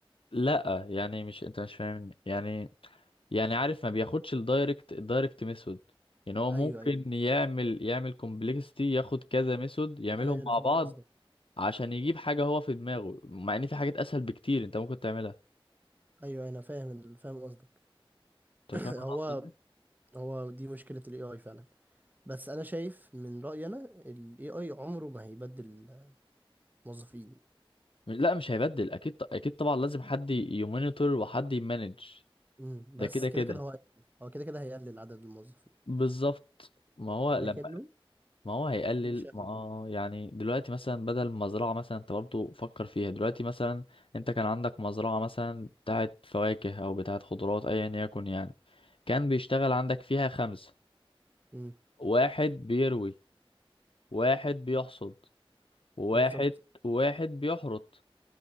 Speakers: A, on the left (about 70°); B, on the right (about 20°).
A: لا يعني مش انت مش فاهم يعني يعني عارف ما بياخدش الدايركت الدايركت ميثود يعني هو
B: ايوه
A: ممكن
B: ايوه
A: يعمل يعمل كومبلكسيتي ياخد كذا ميثود يعملهم
B: انا انا
A: مع
B: فهمت
A: بعض
B: قصدك
A: عشان يجيب حاجة هو في دماغه مع ان في حاجات اسهل بكتير انت ممكن تعملها
B: ايوه انا فاهم فاهم قصدك
A: انت
B: <clears throat>
A: فاهم انا
B: هو
A: قصدي إيه؟
B: هو دي مشكله الاي اي فعلا بس انا شايف من رأيي انا ال AI عمره ما هيبدل موظفين
A: مش- لا مش هيبدل اكيد ط- اكيد طبعا لازم حد يمونيتور وحد يمانج
B: امم
A: ده
B: بس
A: كده
B: كده
A: كده
B: كده هو هيقلل. هو كده كده هيقلل عدد الموظفين
A: بالظبط ما هو
B: ولكنه
A: لما ما هو هيقلل
B: مش هياخده
A: ما آه يعني دلوقتي مثلا بدل مزرعة مثلا انت برضه فكر فيها دلوقتي مثلا انت كان عندك مزرعة مثلا بتاعت فواكه او بتاعت خضروات ايا يكن يعني كان بيشتغل عندك فيها خمسة
B: امم
A: واحد بيروي واحد بيحصد واحد
B: بالظبط
A: واحد بيحرط